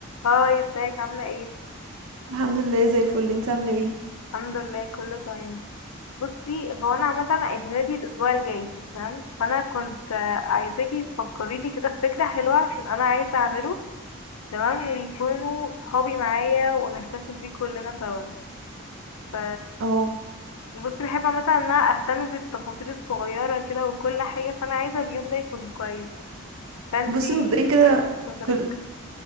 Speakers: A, on the left (about 80°); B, on the right (about 70°).
A: هاي ازيك عاملة ايه؟
B: الحمد لله زي الفل انت عامله ايه
A: الحمد لله كله تمام بصي هو انا عامة عيد ميلادي الاسبوع الجاي تمام فانا كنت آه، عايزاكي تفكري لي كده في فكرة حلوة عشان انا عايزة اعمله تمام ويكونوا صحابي معايا ونحتفل بيه كلنا سوا ف
B: اهو
A: بصي بحب عامة ان انا اهتم بالتفاصيل الصغيرة كده وكل حاجة فانا عايزة اليوم ده يكون كويس فانتي
B: بصي مبدئيا كده
A: ايه من وجهة نظرك؟
B: كل